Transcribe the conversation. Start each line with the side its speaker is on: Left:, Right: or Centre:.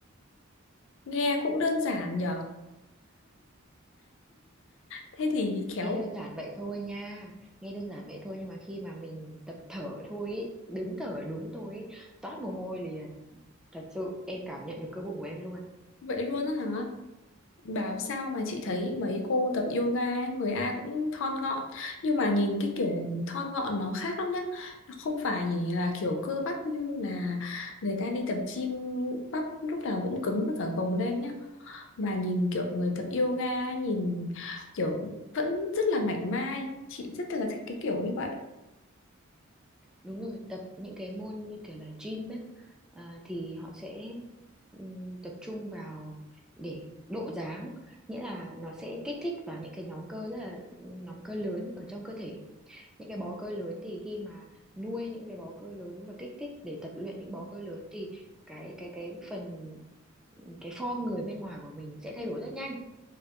Left: nghe cũng đơn giản nhở. Thế thì khéo
Centre: nghe đơn giản vậy thôi nha nghe đơn giản vậy thôi nhưng mà khi mà mình tập thở thôi ý, đứng thở đúng thôi ý, toát mồ hôi liền thật sự em cảm nhận được cơ bụng của em luôn
Left: vậy luôn á hả? Bảo sao mà chị thấy mấy cô tập yoga ấy, người ai cũng thon gọn. Nhưng mà nhìn cái kiểu thon gọn nó khác lắm nhá. Nó không phải là kiểu cơ bắp như là người ta đi tập gym bắp lúc nào cũng cứng với cả gồng lên nhá Bà nhìn kiểu người tập yoga ấy, nhìn kiểu vẫn rất là mảnh mai chị rất là thích cái kiểu như vậy
Centre: đúng rồi tập những cái môn như kiểu là gym ấy, à, thì họ sẽ ừm, tập trung vào để độ dáng nghĩa là nó sẽ kích thích vào những cái nhóm cơ rất là nhóm cơ lớn ở trong cơ thể những cái bó cơ lớn thì khi mà nuôi những cái bó cơ lớn và kích thích để tập luyện những bó cơ lớn thì cái cái cái phần cái form người bên ngoài của mình sẽ thay đổi rất nhanh